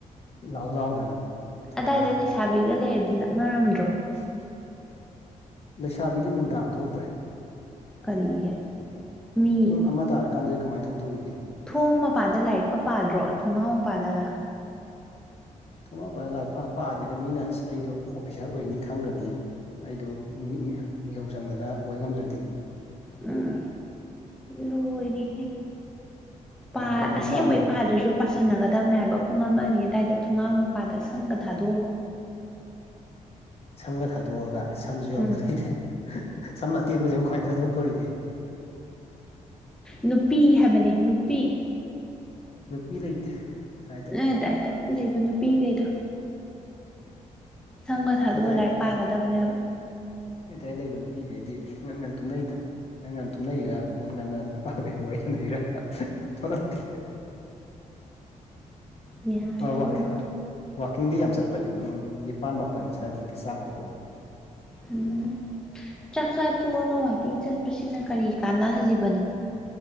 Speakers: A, on the left; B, in the centre.
A: ꯂꯥꯎ ꯂꯥꯎꯗꯅ ꯊꯧꯔꯛꯑꯅꯤ
B: ꯑꯗꯥꯏꯗ ꯂꯩꯁꯥꯕꯤꯒ ꯂꯩꯔꯗꯤ ꯂꯛꯅꯔꯝꯗ꯭ꯔꯣ
A: ꯑ ꯂꯩꯁꯥꯕꯤꯗꯤ ꯅꯨꯡꯗꯥꯡ ꯊꯣꯛꯇ꯭ꯔꯦ
B: ꯀꯔꯤꯒꯤ ꯃꯤ
A: ꯄꯨꯡ ꯑꯃ ꯇꯥꯔꯀꯥꯟꯗꯗꯤ ꯀꯃꯥꯏ ꯊꯣꯛꯇꯣꯔꯤꯒꯦ
B: ꯊꯣꯡ ꯃꯄꯥꯗ ꯂꯥꯏꯔꯤꯛꯀ ꯄꯥꯗ꯭ꯔꯣ ꯊꯣꯡꯅꯥꯎ ꯃꯄꯥꯗꯒ
A: ꯊꯣꯡꯅꯥꯎ ꯄ ꯂꯥꯏꯔꯤꯛꯄꯥ ꯄꯥꯗꯦꯗ ꯃꯤꯅ ꯑꯁ ꯑꯩꯗꯣ ꯑꯣꯐꯤꯁꯥꯔ ꯑꯣꯏꯅꯤ ꯈꯪꯒ꯭ꯔꯗꯤ ꯑꯩꯗꯣ ꯃꯤ ꯃꯤ ꯃꯤꯍꯧ ꯆꯪꯗꯅ ꯑꯣꯏ ꯉꯝꯗ꯭ꯔꯗꯤ
B: ꯎꯝ ꯂꯣꯏꯔꯤꯍꯦ ꯄꯥ
A: ꯂꯣꯟ ꯂꯣꯟ
B: ꯑꯁꯦꯡꯕꯩ
A: ꯄꯥ
B: ꯄꯥꯗ꯭ꯔꯖꯨ ꯄꯥꯁꯟꯅꯒꯗꯝꯅꯦ ꯍꯥꯏꯕ ꯄꯨꯡ ꯑꯃ ꯑꯅꯤ ꯑꯗꯨꯋꯥꯏꯗ ꯊꯣꯡꯅꯥꯎ ꯃꯄꯥꯗ ꯁꯝꯒ ꯊꯥꯗꯣ
A: ꯁꯝꯒ ꯊꯥꯗꯣꯛꯑꯒ ꯁꯝꯖꯨ ꯌꯥꯎꯗꯅ
B: ꯎꯝ
A: ꯑꯩꯗꯤ ꯁꯝ ꯑꯇꯦꯟꯕꯖꯦ ꯑꯝ ꯀꯃꯥꯏ ꯊꯥꯗꯣꯛꯇꯣꯔꯤꯒꯦ
B: ꯅꯨꯄꯤ ꯍꯥꯏꯕꯅꯦ ꯅꯨꯄꯤ
A: ꯅꯨꯄꯤ ꯂꯩꯇꯦ ꯁ꯭ꯋꯥꯏꯗ
B: ꯅꯣꯏ ꯑꯗꯥꯏꯗ ꯂꯩꯕ ꯅꯨꯄꯤꯒꯩꯗꯣ ꯁꯝꯒ
A: ꯑꯩꯈꯣꯏꯗꯥꯏ
B: ꯊꯥꯗꯣꯛꯑ ꯂꯥꯏꯔꯤꯛ ꯄꯥꯒꯗꯕꯅꯦꯕ
A: ꯍꯣꯏꯗꯥꯏ ꯂꯩꯕ ꯅꯨꯄꯤꯒꯩꯗꯤ ꯉ ꯉꯟ ꯇꯨꯝꯅꯩꯗ ꯅꯪ ꯉꯥꯟ ꯇꯨꯝꯅꯩꯔ ꯉꯟ ꯉꯟꯅ ꯅꯨꯄꯥꯒꯩꯒ ꯋꯥꯔꯤ ꯁꯅꯩꯔ ꯊꯣꯛꯂꯛꯇꯦ
B: ꯌꯥꯔꯔꯣꯏ
A: ꯑ ꯋꯥꯀ ꯋꯥꯛꯀꯤꯡꯗꯤ ꯌꯥꯝ ꯆꯠꯄꯅꯦ ꯄꯨꯡ ꯅꯤꯄꯥꯥꯟ ꯃꯥꯄꯟ ꯁꯥꯏꯕꯨꯛꯇꯤ ꯆꯥꯒ ꯇꯣꯛꯑꯒ
B: ꯎꯝ ꯆꯥꯛ ꯆꯥ ꯇꯣꯛꯑꯒ ꯋꯥꯛꯀꯤꯡ ꯆꯠꯄꯁꯤꯅ ꯀꯔꯤ ꯀꯥꯟꯅꯍꯜꯂꯤꯕꯅꯣ